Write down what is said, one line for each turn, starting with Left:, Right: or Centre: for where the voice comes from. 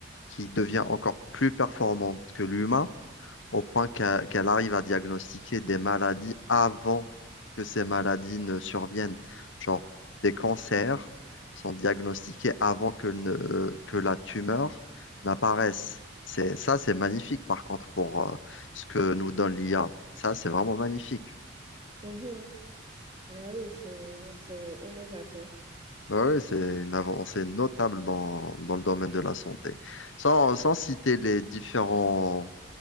Left: qui devient encore plus performante que l'humain au point qu'a- qu'elle arrive à diagnostiquer des maladies avant que ces maladies ne surviennent. Genre, des cancers sont diagnostiqués avant que, ne- euh, que la tumeur n'apparaisse. C'est, ça, c'est magnifique, par contre, pour euh, ce que nous donne l'IA. Ça, c'est vraiment magnifique.
Right: Mhm. Ah oui, c'est, c'est innovateur.
Left: Bah Oui, c'est une avancée notable dans, dans le domaine de la santé. Sans, sans citer les différents